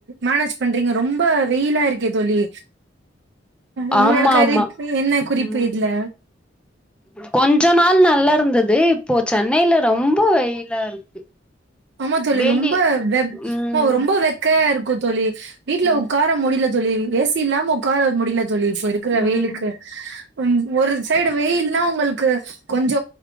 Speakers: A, on the right; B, in the centre.
A: மேனேஜ் பண்றீங்க ரொம்ப வெயிலா இருக்கே தோழி உங்களோட
B: ஆமா
A: கருப்
B: ஆமா
A: என்ன குறிப்பு
B: ம்
A: இதுல
B: கொஞ்ச நாள் நல்லா இருந்தது இப்போ சென்னையில ரொம்ப வெயி ல்லா இருக்கு
A: ஆமா தோழி
B: வெளி
A: ரொம்ப வெ
B: ம்
A: ஆமா ரொம்ப வெக்கையா இருக்கு தோழி வீட்ல
B: ம்
A: ஒக்கார முடியல தோழி ஏ சி இல்லாம உக்கார முடியல தோழி இப்ப இருக்கிற வெயிலுக்கு
B: ம்
A: ம் ஒரு சைடு வெயில்னா உங்களுக்கு கொஞ்ச